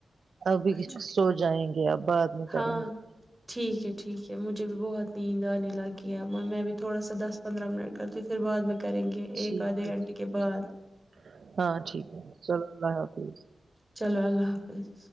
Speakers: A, on the right (about 70°); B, on the right (about 20°).
A: ابھی
B: اچھا ٹھیک
A: سو جائیں گے اب بعد میں کریں
B: ہاں
A: گے
B: ٹھیک ہے ٹھیک ہے مجھے بھی بہت نیند آنے لگی ہے میں بھی تھوڑا سا دس پندرہ منٹ کرتے پھر بعد میں کریں گے
A: ٹھیک
B: ایک آدھے
A: ہےھیک
B: گھنٹے کے بعد
A: ہے ہاں ٹھیک ہے چلو اللہ حافظ
B: چلو اللہ حافظ